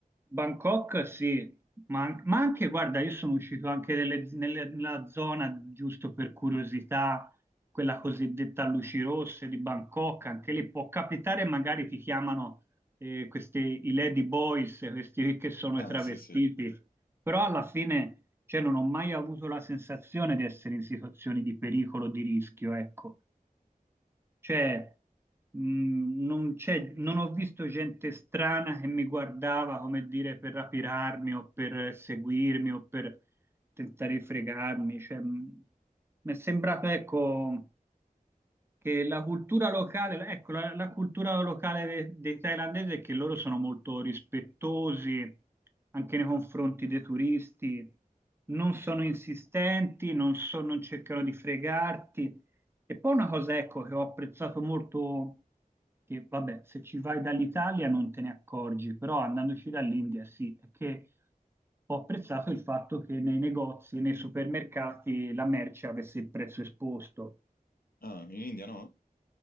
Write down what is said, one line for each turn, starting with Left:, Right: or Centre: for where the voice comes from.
Right: Bangkok sì, ma, an- ma anche, guarda, io sono uscito anche nelle- nelle- nella zona, giusto per curiosità, quella cosiddetta luci rosse di Bangkok, anche lì può capitare, magari ti chiamano eh, questi, i lady boys, questi che sono
Left: Ah,
Right: i travestiti,
Left: sì, sì.
Right: però alla fine cioè, non ho mai avuto la sensazione di essere in situazioni di pericolo, di rischio, ecco. Cioè, mh, non c'è- non ho visto gente strana che mi guardava, come dire, per rapirarmi o per seguirmi o per tentare di fregarmi. Cioè, mh, mi è sembrato, ecco. Che la cultura locale, ecco, la, la cultura locale de- dei thailandesi è che loro sono molto rispettosi anche nei confronti dei turisti, non sono insistenti, non, so- non cercano di fregarti. E poi una cosa, ecco, che ho apprezzato molto, che vabbè, se ci vai dall'Italia non te ne accorgi, però andandoci dall'India sì, è che ho apprezzato il fatto che nei negozi, nei supermercati, la merce avesse il prezzo esposto.
Left: Ah, in India no?